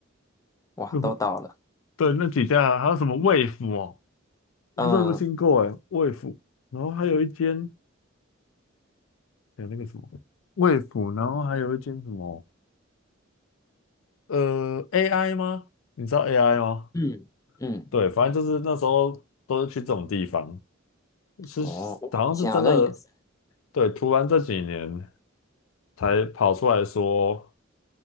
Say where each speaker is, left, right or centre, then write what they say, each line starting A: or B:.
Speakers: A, on the left; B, on the left.
A: 哇，
B: 那不
A: 都倒了。
B: 对，那几家还有什么 Wave 哦，我不知道有没有听过哎，Wave，
A: 嗯
B: 然后还有一间还有那个什么 Wave，然后还有一间什么呃 AI 吗？你知道 AI 吗？
A: 嗯，嗯，
B: 对，反正就是那时候都是去这种地方，是
A: 哦，哇以前好像也是，
B: 好像是真的，对，突然这几年才跑出来说，